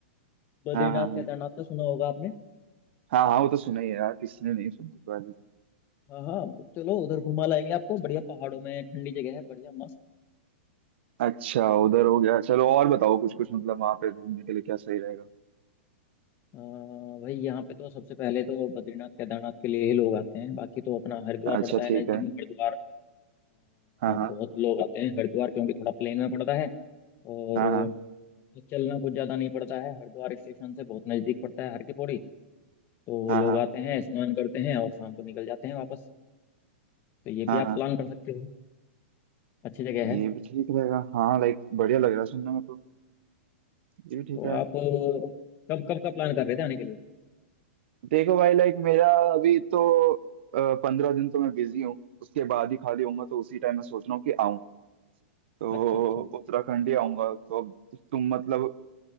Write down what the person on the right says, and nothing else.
हाँ हाँ हाँ
हाँ हाँ वो तो सुना ही है यार किसने नहीं सुना उसके बारे में तो।
अच्छा उधर हो गया चलो और बताओ कुछ कुछ मतलब वहां पे घूमने के लिए क्या सही रहेगा
अच्छा
ठीक
है
हाँ हाँ
हाँ हाँ
हाँ
हाँ हाँ
हाँ
हाँ
ये
भी ठीक रहेगा हाँ लाइक बढ़िया लग रहा है सुनने में तो ये भी ठीक
है
देखो भाई लाइक मेरा अभी तो पंद्रह दिन तो मैं बिजी हूँ उसके बाद ही खाली होऊंगा तो उसी टाइम मैं सोच रहा हूँ कि आऊँ तो
उत्तराखंड ही आऊंगा तो अब तुम मतलब